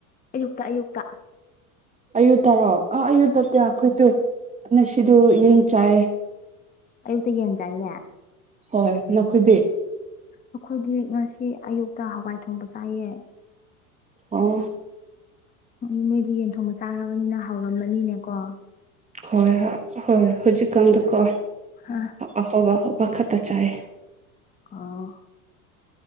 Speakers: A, on the left; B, on the right.
A: ꯌꯨꯁ ꯑꯌꯨꯀ
B: ꯑꯌꯨ ꯇꯥꯔꯣꯑꯣ ꯑꯥ ꯑꯌꯨ ꯇꯠꯇꯦ ꯑꯩꯈꯣꯏꯁꯨꯅ ꯁꯤꯗ ꯌꯦꯡ ꯆꯥꯏꯌꯦ
A: ꯑꯌꯨꯛꯇ ꯌꯦꯟ ꯆꯥꯏꯌꯦꯦ
B: ꯍꯣꯏ ꯅꯈꯣꯏꯗꯤ
A: ꯑꯩꯈꯣꯏꯒꯤ ꯉꯁꯤ ꯑꯌꯨꯛꯇ ꯍꯋꯥꯏ ꯊꯣꯡꯕ ꯆꯥꯏꯌꯦ
B: ꯑꯣ
A: ꯎꯝ ꯅꯣꯏꯗꯤ ꯌꯦꯟꯊꯣꯡꯕ ꯆꯥꯅꯕꯅꯤꯅ ꯍꯧꯥꯎꯔꯝꯃꯅꯤꯅꯦꯀꯣ
B: ꯍꯣꯏ ꯍꯣꯏ ꯍꯧꯖꯤꯛ ꯀꯝꯗꯨꯀ
A: ꯑ
B: ꯑꯍꯣꯧꯕ ꯑꯣ ꯋꯥꯈꯠꯇ ꯆꯥꯏ
A: ꯑꯣ